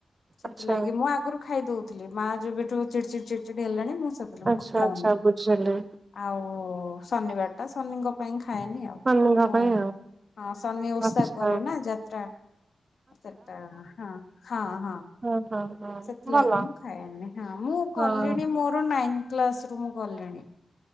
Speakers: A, on the left (about 70°); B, on the right (about 40°).
A: ସେଥିଲାଗି
B: ଆଚ୍ଛା।
A: ମୁଁ ଆଗୁରୁ ଖାଇଦଉଥିଲି ମା ଯେବେଠୁ ଚିଡଚିଡି ଚିଡଚିଡ୍ ହେଲାଣି ମୁଁ ସେତେବେଳଠୁ
B: ଆଚ୍ଛା
A: ଖାଉନି।
B: ଆଚ୍ଛା ବୁଝିଲି?
A: ଆଉ ଶନିବାରଟା ଶନିଙ୍କ ପାଇଁ ଖାଏନି ଆଉ
B: ସ୍ୱାମୀଙ୍କ
A: ହଁ
B: ପାଇଁ ଆଉ
A: ହଁ ସନି ଓଷା
B: ଆଚ୍ଛା।
A: କରେ ନା ଯାତ୍ରା। ସେଟା ହଁ ହଁ ହଁ।
B: ଓ ହଁ। ହଁ
A: ସେଥିଲାଗି
B: ଭଲ
A: ମୁଁ ଖାଏନି ହଁ ମୁଁ
B: ହଁ।
A: କଲିଣି ମୋର ନାଇନ୍ କ୍ଲାସ ରୁ ମୁଁ କଲିଣି।